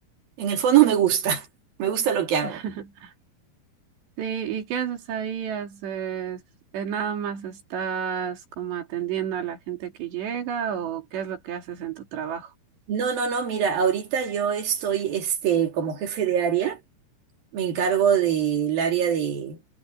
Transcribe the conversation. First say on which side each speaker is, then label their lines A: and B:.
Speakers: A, on the right (about 60°); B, on the right (about 80°).
A: En el fondo me gusta, <laughs> me gusta lo que hago.
B: <laughs> Sí, ¿y qué haces ahí? ¿Haces, eh, nada más estás como atendiendo a la gente que llega o qué es lo que haces en tu trabajo?
A: No, no, no, mira, ahorita yo estoy este, como jefe de área, me encargo del área de,